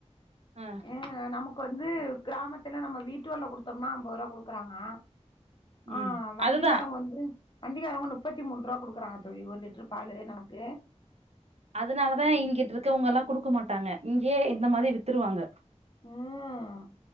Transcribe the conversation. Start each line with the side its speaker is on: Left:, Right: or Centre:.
Right: ஆ
Left: அ நமக்கு நமக்குவந்து கிராமத்துல நம்ம வீட்டுவல்ல குடுத்தோம்னா அம்பது ரூவா குடுக்குறாங்க ஆ
Right: ம்
Left: வண்டிக்காரவுங்க
Right: அதுதா
Left: வந்து வண்டிகாரவங்க முப்பத்தி மூன்ருவா குடுக்குறாங்க தோழி ஒரு லிட்ரு பாலு நமக்கு
Right: அதனாலதா இங்கிட்ருக்கவுங்கல்லா குடுக்க மாட்டாங்க இங்கியே இந்த மாரி வித்துருவாங்க
Left: ம்